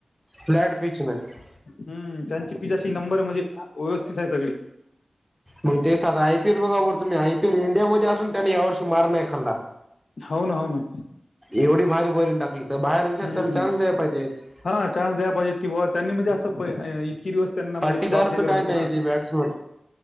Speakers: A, in the centre; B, on the left (about 80°).
A: फ्लॅट पिच नाही
B: हम्म, त्यांची पिच आशी नंबर म्हणजे, व्यवस्थित हाय सगळी.
A: मग तेच आता आयपीएल बघा बर तुम्ही आयपीएल इंडियामध्ये असून त्यांन या वर्षी मार नाही खाल्ला.
B: हो ना हो ना.
A: एवढी भारी बोलीन टाकली. तर बाहेर
B: हम्म
A: देशात तला चान्स द्याय पाहिजेत.
B: हा चान्स द्या पाहिजेत की बाबा त्यांनी म्हणजे असं प- अं, इतकी दिवस त्यांना म्हणजे
A: पाटीदारचं
B: फ्लॉप हे करत
A: काय
B: होते
A: नाही
B: ना
A: ते बॅट्समन